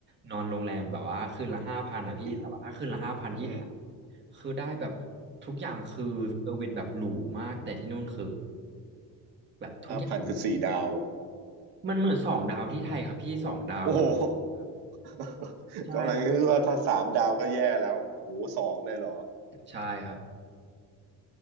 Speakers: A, on the right; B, on the right.
A: นอนโรงแรมแบบว่าคืนละห้าพันนะพี่แต่ว่าถ้าคืนละห้าพันที่ไทย
B: ดีอืม
A: คือได้แบบทุกอย่างคือเซอร์วิสแบบหรูมากแต่ที่นู่นคือแบบทุกอย่าง
B: ห้าพันคือสี่ดาว
A: มันเหมือนสองดาวที่ไทยครับพี่สองดาวเลย
B: โอ้โห <laughs>
A: ใช่ครับ
B: กำลังคิดว่าถ้าสามดาวก็แย่แล้วโอ้โหสองเลยเหรอ
A: ใช่ครับ